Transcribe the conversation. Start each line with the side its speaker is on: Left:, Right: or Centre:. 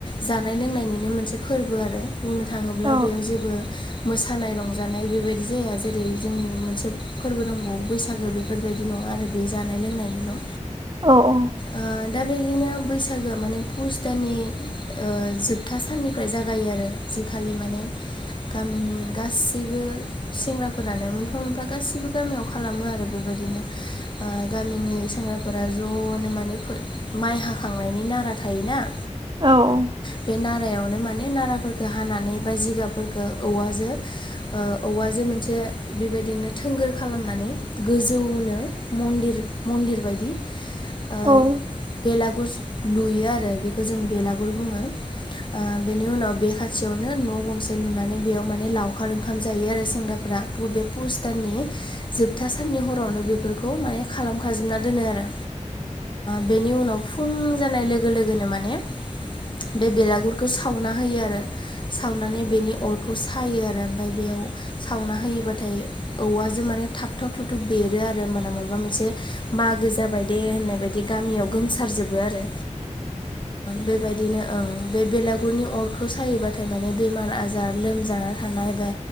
Left: जानाय लोंनायनिनो मोनसे फोरबो आरो बुंनो थाङोब्ला
Right: औ
Left: बेयाव जेबो मोसानाय रंजानाय बेबायदि जाया जेरै जोंनि मोनसे फोरबो दंबावो बैसागो बेफोरबायदि नङा आरो बे जानाय लोंनायनिल'
Right: औ औ
Left: ओ दा बेदिनो बैसागोआ माने पुस दाननि ओ जोबथा साननिफ्राय जागायो आरो जिखालि माने गामिनि गासैबो सेंग्राफोरानो मोनफा मोनफा गासैबो गामियाव खालामो आरो बेबायदिनो ओ गामिनि सेंग्राफोरा ज'नो माने फो माइ हा खांनायनि नारा थायोना।
Right: औ औ
Left: बे नारायावनो माने नाराफोरखौ हानानै बा जिगाबफोरखौ औवाजों ओ औवाजों मोनसे बेबायदिनो थोंगोर खालामनानै गोजौनो मन्दिर मन्दिर बायदि ओ
Right: औ
Left: बेलागुर लुयो आरो बेखौ जों बेलागुर बुङो ओ बेनि उनाव बेखाय खाथियावनो न' गंसे लुनानै बेयाव माने लावखार ओंखाम जायो आरो सेंग्राफोरा बे पुस दाननि जोबथा साननि हरावनो बे बेफोरखौ माने खालामखाजोबना दोनो आरो ओ बेनि उनाव फुं जानाय लोगो लोगोनो माने बे बेलागुरखौ सावना होयो आरो सावनानै बेनि अर बेखौ सायो आरो ओमफ्राय बेयाव सावना होयोबाथाय औवा जो जों माने थाब थाब थुब थुब बेरो आरो होमबाना माबा मोनसे मागो जाबाय दे होननाय बायदि गामियाव गोमसारजोबो आरो बेबायदि बिदिनो ओं बेलागुरनि अरखौ सायोबाथाय माने बेमार आजार लोमजाना थानाय बा